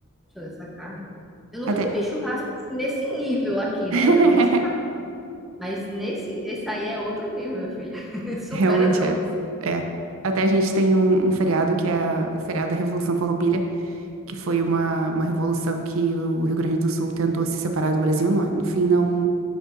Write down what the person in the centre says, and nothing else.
Toda essa carne. Eu nunca
comi churrasco assim, nesse nível aqui,
né? Eu já comi churrasco, mas nesse, esse aí é outro nível, meu filho. <laughs> Supera
todos.